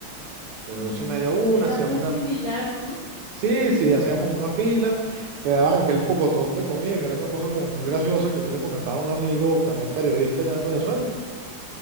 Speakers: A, on the right; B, in the centre.
A: de
B: Mm,
A: dos y media a una,
B: era
A: hacías
B: muy
A: unas
B: similar, ¿no?
A: Sí, sí, hacíamos una fila, te daban aquel pocotón de comida, que era una cosa como muy graciosa que yo le comentaba a un amigo, también periodista allá en Venezuela.